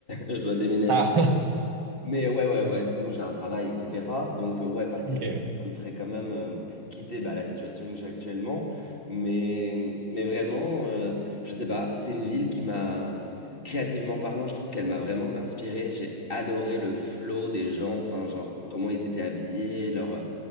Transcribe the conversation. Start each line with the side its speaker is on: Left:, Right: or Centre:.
Left: Je dois déménager.
Right: ah
Left: Mais ouais, ouais, ouais,
Right: <laughs>
Left: sinon j'ai un travail, etc. Donc, euh, ouais, partir
Right: ok
Left: d'ici, ça me ferait quand même euh, quitter bah, la situation que j'ai actuellement. Mais, mais vraiment, euh, je sais pas, c'est une ville qui m'a, créativement parlant, je trouve qu'elle m'a vraiment inspiré. J'ai adoré le flow des gens, enfin, genre, comment ils étaient habillés, leur, euh,